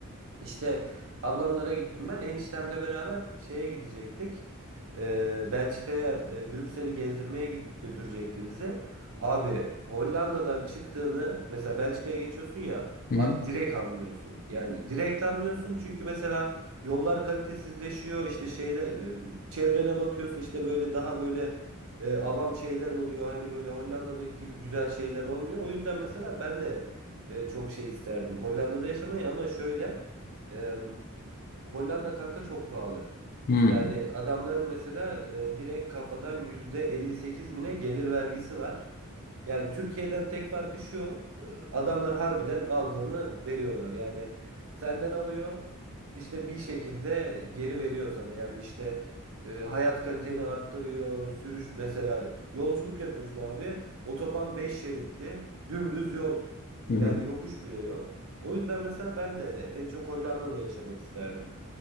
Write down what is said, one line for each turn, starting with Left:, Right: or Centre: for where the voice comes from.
Right: İşte ablamlara gittim ben. Eniştemle beraber şeye gidecektik. Ee, Belçika'ya, e, Brüksel'i gezdirmeye gid- götürecekti bizi. Abi Hollanda'dan çıktığını mesela Belçika'ya geçiyorsun ya
Left: hı hı
Right: abi direkt anlıyorsun. Yani direkt anlıyorsun çünkü mesela yollar kalitesizleşiyor. işte şeyle e, çevrene bakıyorsun işte böyle daha böyle e, avam şeyler oluyor. Hani böyle Hollanda'daki gibi güzel şeyler olmuyor. O yüzden mesela ben de e, çok şey isterdim Hollanda'da yaşamayı ama şöyle Eee, Hollanda kanka çok pahalı.
Left: hı.
Right: Yani adamların mesela e, direkt kafadan yüzde 58 bine gelir vergisi var. Yani Türkiye'den tek farkı şu. e, Adamlar harbiden aldığını veriyorlar. Yani senden alıyor işte bir şekilde geri veriyor sana. Yani işte e, hayat kaliteni arttırıyor. Sürüş mesela yolculuk yapıyorsun abi. Otoban beş şeritli dümdüz yol.
Left: hı hı.
Right: Yani yokuş bile yok. O yüzden mesela ben de en çok Hollanda'da yaşamak isterdim.